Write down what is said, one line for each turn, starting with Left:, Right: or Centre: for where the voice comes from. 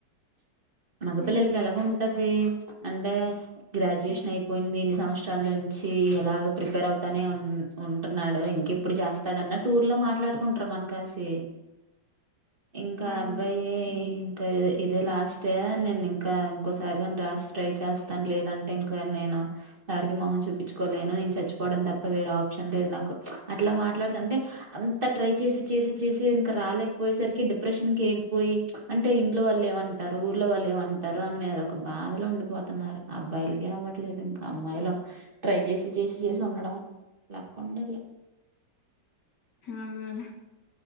Right: మగ
Left: హుహు.
Right: పిల్లలకి ఎలాగ ఉంటది. అంటే గ్రాడ్యుయేషన్
Left: హ్మ్.
Right: అయిపోయింది. సంవత్సరాల నుంచి ఎలాగో ప్రిపేర్ అవుతానే ఉం ఉంటున్నాడు ఇంకెప్పుడు చేస్తాడన్న టూర్ లో. మాట్లాడుకుంటార మనకలిసి ఇంకా
Left: అవును.
Right: అబ్బాయి
Left: హ్మ్.
Right: ఇంకా. ఇదే లాస్ట్ నేను ఇంకా ఇంకోసారిగాని రాసి ట్రై చేస్తాను లేదంటే ఇంకా నేను. ఎారికి మొహం చూపించుకోలేను నేను చచ్చిపోవడం తప్ప వేరే ఆప్షన్ లేదు నాకు ప్చ్ అట్లా మాట్లాడోదు అంటే. ఇంతా ట్రై చేసి చేసి చేసి ఇంకా రాలేకపోయేసరికి డిప్. డిప్రెషన్ కి వెళ్ళిపోయి అంటే ఇంట్లోవాళ్లు ఏమంటారు ఊర్లో వాళ్ళు ఏమంటారు అనే ఒక బాధలో ఉండిపోతారు. అయిపోతున్నారు అబ్బాయిలకే అవ్వట్లేదు ఇంకా అమ్మాయిలు ట్రై చేసి చేసి చేసి ఉండడంమే. లక్కుండాలే.
Left: అదేలే